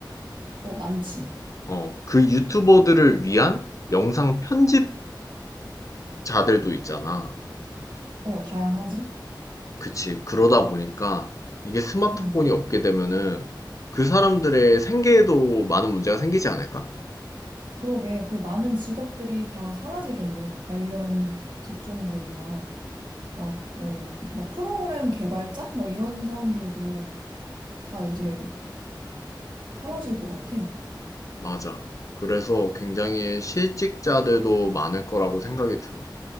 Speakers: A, on the right; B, on the left.
A: 어, 많지.
B: 어, 그 유튜버들을 위한 영상 편집 자들도 있잖아.
A: 어, 다양하지?
B: 그치. 그러다 보니까 이게 스마트폰이
A: 응.
B: 없게 되면은 그 사람들의 생계에도 많은 문제가 생기지 않을까?
A: 그러게, 그 많은 직업들이 다 사라지겠네. 관련 직종들이나, 막, 어 막 프로그램 개발자? 막 이런 사람들도 다 이제 사라질 것 같아.
B: 맞아. 그래서 굉장히 실직자들도 많을 거라고 생각이 들어.